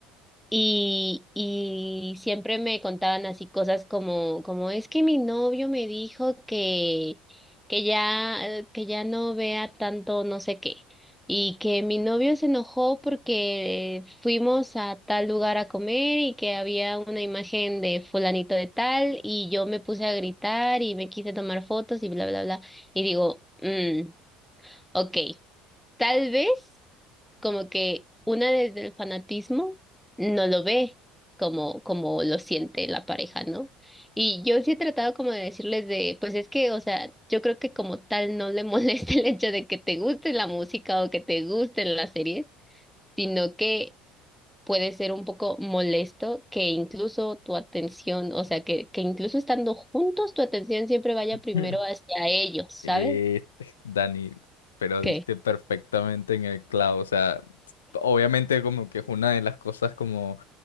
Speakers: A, in the centre; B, on the left (about 80°).
A: Y, y siempre me contaban así cosas como, como es que mi novio me dijo que, que ya, eh, que ya no vea tanto no sé qué. Y que mi novio se enojó porque fuimos a tal lugar a comer y que había una imagen de fulanito de tal y yo me puse a gritar y me quise tomar fotos y bla, bla, bla. Y digo, mm, ok, tal vez como que una desde el fanatismo no lo ve como, como lo siente la pareja, ¿no? Y yo sí he tratado como de decirles de, pues es que, o sea, yo creo que como tal no le <laughs> molesta el hecho de que te guste la música o que te gusten las series, sino que puede ser un poco molesto que incluso tu atención, o sea, que, que incluso estando juntos, tu atención siempre vaya primero
B: <laughs>
A: hacia ellos, ¿sabes?
B: Eh, <laughs> Dani, pero
A: ¿Qué?
B: diste perfectamente en el clavo. O sea, obviamente como que es una de las cosas como